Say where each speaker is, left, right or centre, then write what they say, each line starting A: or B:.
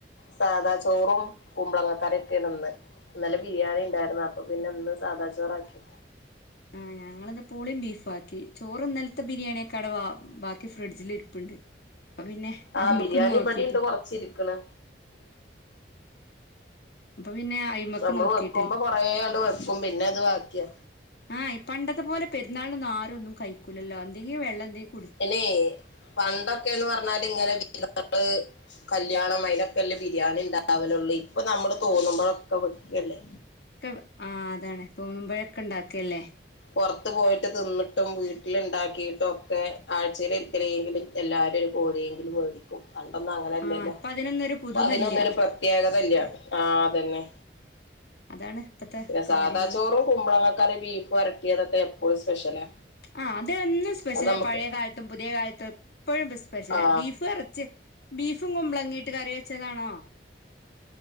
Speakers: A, on the left (about 85°); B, on the left (about 65°).
A: സാദാ ചോറും കുമ്പളങ്ങാക്കറീക്കെ ആണിന്ന് ഇന്നലെ ബിരിയാണി ഉണ്ടായിരുന്നു അപ്പൊ പിന്നെ ഇന്ന് സാദാ ചോറാക്കി
B: ഉം ഞങ്ങളിന്ന് പൂളേം ബീഫും ആക്കി ചോറും ഇന്നലത്തെ ബിരിയാണിയൊക്കെ അവടെ ബാക്കി ഫ്രിഡ്ജിൽ ഇരിപ്പുണ്ട് പിന്നെ
A: ആഹ്
B: അതിമുക്ക
A: ബിരിയാണി
B: നോക്കിട്ട്
A: ഇബടിണ്ട് കൊറച്ചിരിക്കണ്
B: അപ്പൊ പിന്നെ അയിമക്ക്
A: നമ്മൾ
B: നോക്കിട്ടില്ല
A: വെക്കുമ്പോ കൊറേയങ്ങട് വെക്കും പിന്നെ അത് ബാക്കിയാ
B: ആഹ് പണ്ടത്തെ പോലെ പെരുന്നാളിനൊന്നും ആരും ഒന്നും കയിക്കക്കൂല്ലല്ലോ എന്തെങ്കിലും വെള്ളം എന്തെലും
A: പിന്നെ പണ്ടൊക്കെന്ന് പറഞ്ഞാല് ഇങ്ങനെീ <inaudible> കല് കല്യാണം അതിനൊക്കെല്ലേ ബിരിയാണി ഉണ്ടാവലുള്ളൂ ഇപ്പൊ നമ്മള് തോന്നുമ്പോഴൊക്കെ വെക്കല്ലേ
B: ഒക്കെ ആഹ് അതാണ് തോന്നുമ്പോഴൊക്കെ ഉണ്ടാക്കിയല്ലേ
A: പുറത്ത് പോയിട്ട് തിന്നിട്ടും വീ ഉണ്ടാക്കിയിട്ടൊക്കെ ആഴ്ചയിൽ ഒരിക്കലെങ്കിലും എല്ലാരും ഒരു കോഴിയെങ്കിലും മേടിക്കും പണ്ടൊന്നും അങ്ങനല്ലല്ല
B: ആഹ് ഇപ്പൊ അതിനൊന്നൊരു പുതുമല്ല
A: ഇപ്പൊ അതിനൊന്നരു പ്രത്യേകത ഇല്ല ആ അതന്നെ
B: അതാണ് ഇപ്പത്തെ
A: പിന്നെ സാദാ
B: കാര്യങ്ങള്
A: ചോറും കുമ്പളങ്ങക്കറി ബീഫ് വരട്ടിയതൊക്കെ എപ്പോഴും സ്പെഷ്യലാ
B: ആ അതെന്നും സ്പെഷ്യല
A: അത് നമുക്ക്
B: പഴയ കാലത്തും പുതിയ കാലത്തും എപ്പോഴും സ്പെഷ്യല
A: ആ
B: ബീഫ് കുറച്ച് ബീഫും കുമ്പളങ്ങീയിട്ട് കറി വെച്ചതാണോ